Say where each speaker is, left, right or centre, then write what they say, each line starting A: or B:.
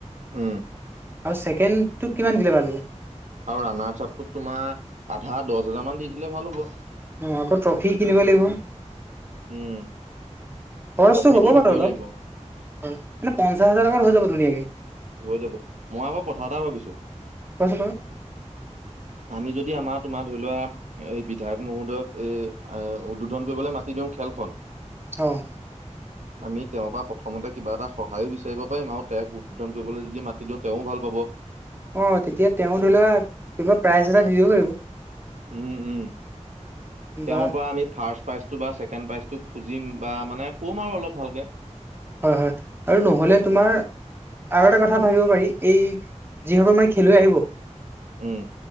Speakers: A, on the right; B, on the right.
A: উম
B: আৰু ছেকেণ্ডটোক কিমান দিলে ভাল হব
A: আৰু ৰানাৰ চাপটোত তোমাৰ আধা দহ হাজাৰ মান দি দিলে ভাল হ'ব
B: অঁ আকৌ ট্ৰফি কিনিব লাগিব
A: উম,
B: খৰচটো
A: ট্ৰফিটো
B: হ'ব
A: দিবই
B: বাৰু অলপ
A: লাগিব
B: হয় মানে পঞ্চাশ হাজাৰকাৰ হৈ যাব ধুনীয়া আকে
A: হৈ যাব মই আকৌ কথাএটা ভাবিছো
B: কোৱাচোন বাৰু
A: আমি যদি আমাৰ তোমাৰ ধৰি লোৱা এই বিধায়ক মহোদয়ক এ উদ্বোধন কৰিবলৈ মাতি দিওঁ খেলখন
B: অঁ
A: আমি তেওঁৰ পৰা প্ৰথমতে কিবা এটা সহায়ো বিচাৰিব পাৰিম আৰু তেওঁক উদ্ধোধন কৰিবলৈ যদি মাতি দিওঁ তেওঁও ভাল পাব
B: অ তেতিয়া তেওঁ ধৰি লোৱা কিবা প্ৰাইজ এটা দি দিব পাৰিব
A: উম উম তেওঁৰ
B: বা
A: পৰা আমি ফাৰ্ষ্ট প্ৰাইজটো বাছেকেণ্ড প্ৰাইজটো খুজিম বা মানে ক'ম আৰু অলপ ভালকে
B: হয় হয় আৰু নহ'লে
A: উম
B: তোমাৰ আৰু এটা কথা ভাবিব পাৰি এই যিসকল মানে খেলুৱৈ আহিব
A: উম